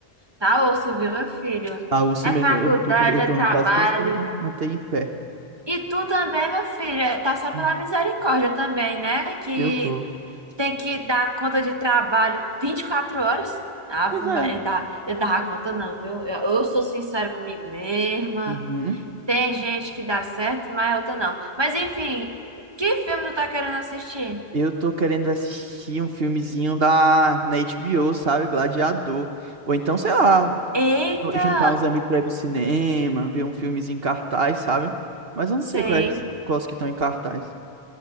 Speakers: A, on the right; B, on the right.
A: tá osso, viu, meu filho?
B: Ah, urso
A: É
B: mesmo,
A: faculdade,
B: eu não tô, co- eu
A: é
B: tô
A: trabalho.
B: quase conseguindo me manter em pé.
A: E tu também, meu filho, é- tá só pela
B: Uhum.
A: misericórdia também, né? Que
B: Eu tô.
A: tem que dar conta de trabalho 24 horas. Ave
B: Pois é.
A: Maria, eu dá, eu dava conta não, viu? Eu, eu sou sincera comigo mesma.
B: Uhum.
A: Tem gente que dá certo, mas outra não. Mas enfim, que filme tu tá querendo assistir?
B: Eu tô querendo assistir um filmezinho da, na HBO, sabe? Gladiador. Ou então, sei lá,
A: Eita!
B: juntar uns amigos pra ir pro cinema, ver um filmezinho em cartaz, sabe? Mas eu não
A: Sei.
B: sei quais, quais que estão em cartaz.